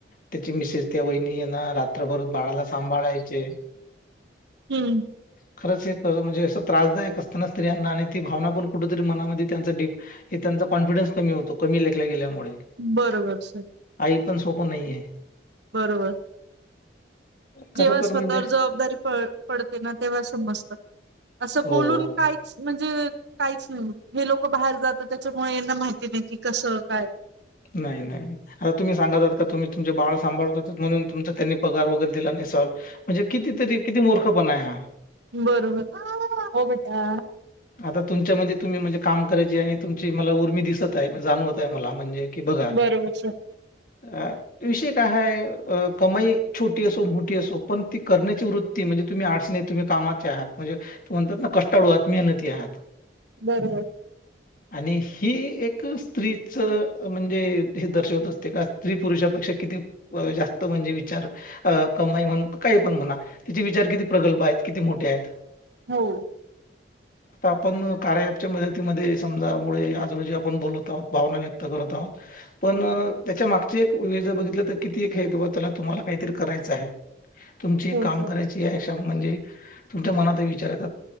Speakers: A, on the left (about 45°); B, on the right (about 65°).
A: त्याची मिसेस त्या वहिणी येणार रात्रभरच बाळाला सांभाळायचे.
B: हम्म,
A: खरंच हे खरं म्हणजे असं त्रासदायक असताना स्त्रियांना ते भावना पण मनामध्ये डीप त्यांचा कॉन्फिडन् कमी होतो कमी लेखल्या गेल्यामुळे
B: बरोबर सर
A: आई पण सोपं नाही आहे
B: बरोबर
A: खर
B: जेव्हा
A: तर
B: स्वतःवर
A: म्हणजे
B: जबाबदारी प पडते ना तेव्हा समजतात. असं
A: हो
B: बोलून काहीच म्हणजे काहीच नाही हे लोक बाहेर जात त्याच्यामुळेना माहितं. तिने कि कसं काय
A: नाही नाही आता तुम्ही सांगतात का तुम्ही तुमचे बाळ सांभाळतं म्हणून तुमचा त्यांनी पगार वगैरे दिला नसेल. म्हणजे कितीतरी किती मूर्खपणा आहे हा.
B: बरोबर हो बेटा.
A: आता तुमच्यामध्ये तुम्ही म्हणजे काम करायची आणि तुमची मला उर्मी दिसत आहे जाणवत आहे मला म्हणजे की बघा
B: बरोबर सर.
A: अ विषय काय हय कमाई छोटी असो मोठी असो पण ती करण्याची वृत्ती म्हणजे? तुम्ही आडस नाही तुम्ही कामाचे आहात म्हजे म्हणात ना कष्टाळू आहेत मेहनती आहात
B: बरोबर
A: आणि ही एक स्त्रीच म्हणजे हे दर्शवत असते का स्त्री पुरुषापेक्षा किती जास्त. म्हणजे विचार कमा म्हण काय पण म्हणा तिचे विचार किती प्रकल्प आहेत किती मोठे आहेत
B: हो
A: <inaudible> आता आपण कार्य ॲपच्या मदतीमध्ये समजामुळे आज रोजी आपण बोलत आहोत. भावना व्यक्त करत आहोत. पण त्याच्या मागची एक वेळ जर बघितलं तर किती हे त्याला तुम्हाला काहीतरी करायचं आहे. तुमची
B: हो
A: काम
B: सर
A: करायची आहे म्हणजे तुमच्या मनात विचार येतात.